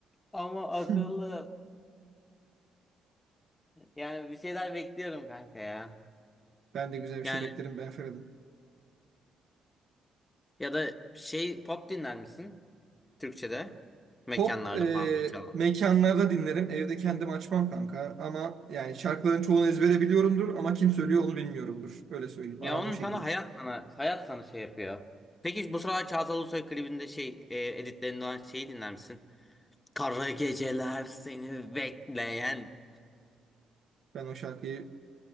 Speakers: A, on the left (about 20°); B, on the right (about 65°).
A: ama
B: <laughs>
A: akıllı. Yani bir şeyler bekliyorum kanka ya.
B: Ben de güzel bir
A: Yani
B: şey beklerim ben Ferhat'ım.
A: ya da şey pop dinler misin? Türkçe'de. Mekanlarda
B: Pop e,
A: falan bir çalan.
B: mekanlarda dinlerim. Evde kendim açmam kanka. Ama yani şarkıların çoğunu ezbere biliyorumdur ama kim söylüyor onu bilmiyorumdur. Öyle söyleyeyim.
A: Ya
B: Aram
A: onun
B: o şekil.
A: sana hayat sana hayat sana şey yapıyor. Peki bu sıralar Çağatay Ulusoy klibinde şey e, editlerinde olan şeyi dinler misin? Kara geceler seni bekleyen.
B: Ben o şarkıyı